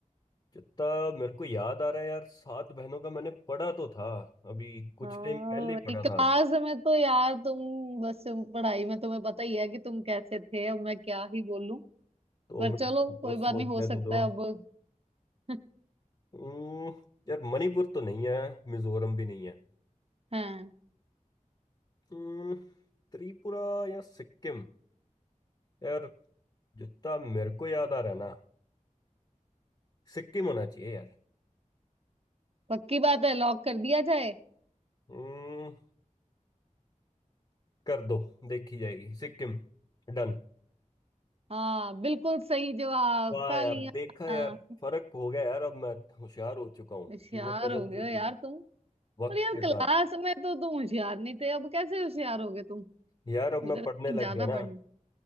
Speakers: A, on the left (about 35°); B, on the right (about 50°).
A: जितना मेरे को याद आ रहा है यार सात बहनों का मैंने पढ़ा तो था अभी कुछ
B: हाँ
A: टाइम पहले ही पढ़ा
B: क्लास
A: था
B: में तो यार तुम बस पढ़ाई में तुम्हें पता ही है कि तुम कैसे थे अब मैं क्या ही बोलूं
A: तो
B: पर
A: मैं
B: चलो
A: तो
B: कोई बात
A: सोचने
B: नहीं हो सकता
A: तो दो
B: है अब <laughs>
A: हम्म, यार मणिपुर तो नहीं है मिजोरम भी नहीं है
B: हाँ
A: हम्म, त्रिपुरा या सिक्किम यार जितना मेरे को याद आ रहा है ना सिक्किम होना चाहिए यार
B: पक्की बात है लॉक कर दिया जाए
A: हम्म, कर दो देखी जाएगी सिक्किम डन
B: हाँ बिल्कुल सही जवाब
A: वाह
B: तालियां
A: यार देखा
B: हाँ,
A: यार फर्क हो गया यार अब मैं होशियार हो चुका हूँ
B: होशियार
A: चीजें बदल
B: हो गए
A: चुकी
B: हो यार
A: हैं
B: तुम
A: वक्त
B: पर यार
A: के
B: क्लास
A: साथ
B: में तो तुम होशियार नहीं थे अब कैसे होशियार हो गए तुम
A: यार अब
B: मुझे
A: मैं
B: लगता
A: पढ़ने लग
B: ज्यादा
A: गया
B: पढ़ना
A: ना